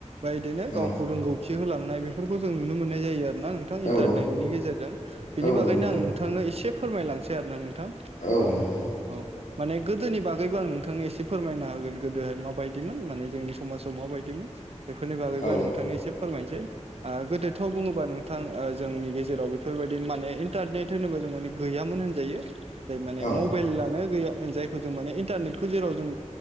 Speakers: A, on the right (about 55°); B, on the left (about 90°).
A: बाइदिनो
B: औ
A: गावखौ रोंगौथि होलांनाय बेफोरखौ जों नुनो मोननाय जायो आरो ना नोंथां
B: औ
A: इन्टारनेटनि गेजेरजों बिनि
B: औ
A: बागैनो
B: नंगौ नोंथां
A: आं नोंथांनो एसे फोरमायलांसै आरो ना नोंथां।
B: औ नंगौ।
A: औ माने गोदोनि बागैबो आं नोंथांनो एसे फोरमायना होगोन गोदोहाय माबायदिमोन माने जोंनि समाजाव माबायदिमोन। बेफोरनि बागैबो
B: औ
A: आं नोंथांनो एसे फोरमायनसै। आ गोदोथ' बुङोबा नों थां ओ जोंनि गेजेराव बेफोरबायदि माने इन्टारनेट होनोबा जों माने गैयामोन होनजायो। जाय माने
B: औ
A: मबाइलानो गैया जायखौ जों माने इन्टारनेटखौ जेराव जों